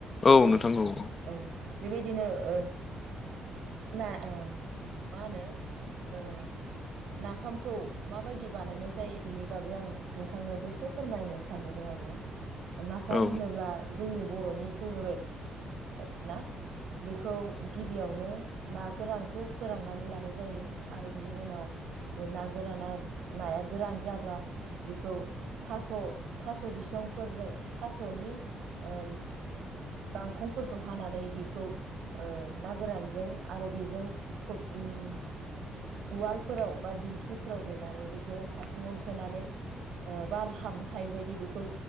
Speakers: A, on the left; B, on the right.
A: औ
B: ओ
A: नोंथां औ।
B: औ बेबायदिनो ओ ना-ओ-मा होनो? ओ- नाफामखौ माबायदि बानायनाय जायो बेनि बागै आं नोंथांनो दसे फोरमायनो सानबावदों आर ना। नाफाम
A: औ
B: होनोब्ला जोंनि बर'नि फेभरेट ना? बेखौ गिबियावनो ना गोरानखौ फोराननानै लानाय जायो आरो बिनि उनाव बे ना गोराना नाया गोरान जाब्ला बेखौ थास' थास' बिसंफोरजों थास'नि ओ गांखंफोरखौ हानानै बेखौ ओ ना गोरानजों आरो बेजों थ्रब ओ- उवालफोराव बा दिंखिफोराव देनानै बेखौ हासुङाव सोनानै बार हाबनो हायि बदि बेखौ